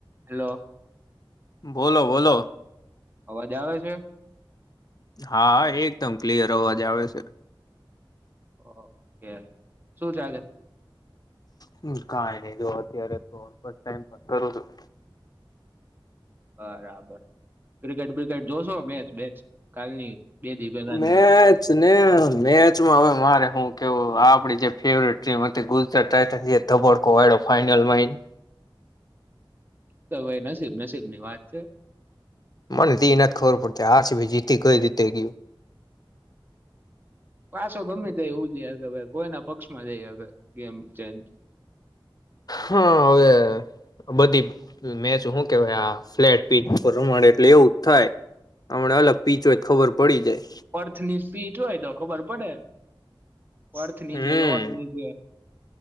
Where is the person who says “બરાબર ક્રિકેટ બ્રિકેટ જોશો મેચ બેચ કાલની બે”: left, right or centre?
Right